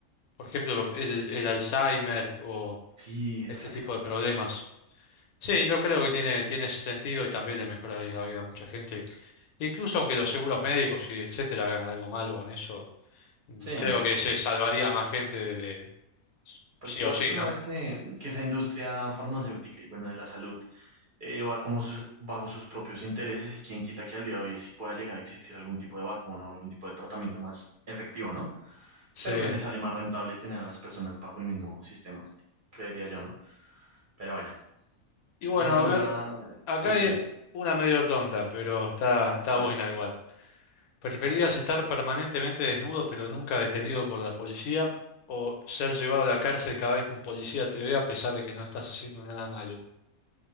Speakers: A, on the left; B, on the right.
A: por ejemplo, el, el Alzheimer o
B: Sí, exacto.
A: este tipo de problemas. Sí, yo creo que tiene, tiene sentido y también le mejoraría la vida a mucha gente. Incluso aunque los seguros médicos y etcétera hagan algo malo con eso, mm,
B: Sí.
A: creo que se salvaría más gente de, de-
B: Porque
A: sí
B: igual
A: o sí,
B: tú sabes
A: ¿no?
B: que, que esa industria farmacéutica y bueno, de la salud eh, va como sus- bajo sus propios intereses y quién quita que al día de hoy sí pueda llegar a existir algún tipo de vacuna o algún tipo de tratamiento más efectivo, ¿no?
A: Sí.
B: Pero pues le sale más rentable tener a las personas bajo el mismo sistema, creería yo, ¿no? Pero bueno,
A: Y bueno,
B: ¿tienes alguna?
A: a ver, acá
B: Sí,
A: hay
B: dime.
A: una medio tonta, pero está, está
B: A
A: buena
B: ver,
A: igual. ¿Preferías estar permanentemente desnudo pero nunca detenido por la policía o ser llevado a la cárcel cada vez que un policía te ve a pesar de que no estás haciendo nada malo?